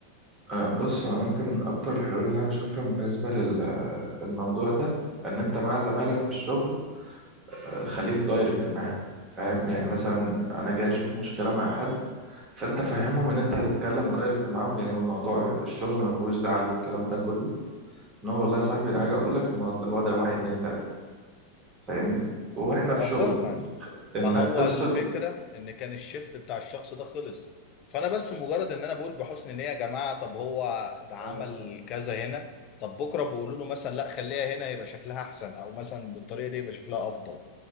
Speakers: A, on the right; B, on the left.
A: آه، بص هو انا يمكن من اكتر الحلول اللي انا بشوفها بالنسبه للموضوع ده ان انت مع زمايلك في الشغل آه، خليك دايركت معاهم فاهم يعني مثلا انا جاي اشوف مشكله مع حد فانت فهمهم ان انت هتتكلم دايركت معاهم يعني والموضوع الشغل ما فيهوش زعل والكلام ده كله ان هو والله يا صاحبي انا هاجي اقول لك المو- الوضع واحد اتنين تلاته فاهمني واحنا
B: انا
A: في شغل
B: فاهمك
A: يعني انك
B: ما هو
A: تفصل
B: الفكرة ان كان الشيفت بتاع الشخص ده خلص فانا بس مجرد ان انا بقول بحسن نية يا جماعة طب هو ده عمل
A: آه،
B: كذا هنا طب بكرة بيقولوا له مثلا لا خليها هنا يبقى شكلها احسن او مثلا بالطريقة دي يبقى شكلها افضل